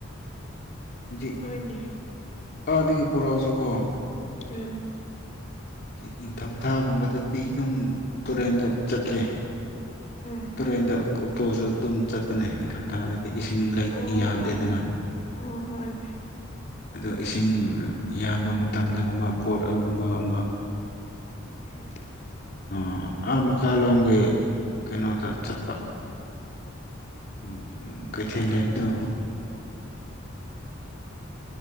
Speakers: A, on the left; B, on the left.
A: ꯍꯧꯖꯤꯛ
B: ꯍꯗꯤ
A: ꯑꯥꯗꯒꯤ ꯄꯨꯔꯛꯎꯁꯨꯀꯣ
B: ꯎꯝ
A: ꯅꯤꯡꯪꯊꯝꯊꯥꯒꯨꯝꯕꯗꯗꯤ ꯑꯗꯨꯝ ꯇꯨꯔꯦꯟꯗ ꯆꯠꯂꯦ
B: ꯎꯝ
A: ꯇꯨꯔꯦꯟꯗ ꯑꯣꯛꯇꯣꯁꯨ ꯑꯗꯨꯝ ꯆꯠꯄꯅꯦ ꯅꯤꯡꯪꯊꯝꯊꯥ ꯑ ꯏꯁꯤꯡ ꯂꯩ
B: ꯑꯣ
A: ꯌꯥꯝꯗꯦꯗꯅ
B: ꯑꯣ ꯑꯣ ꯍꯣꯏ ꯍꯣꯏꯅꯦ
A: ꯑꯗꯨ ꯏꯁꯤꯡ ꯌꯥꯝꯕ ꯃꯇꯝꯗꯒꯨꯝꯕ ꯄꯣꯠ ꯑꯔꯨꯝꯕꯒꯨꯝꯕ
B: ꯎꯝ
A: ꯑꯣ ꯑꯥ ꯃꯈꯥ ꯂꯣꯝꯒꯤ ꯀꯩꯅꯣꯗ ꯆꯠꯄ ꯎꯝ ꯀꯩꯊꯦꯜ ꯂꯩꯕꯗꯣ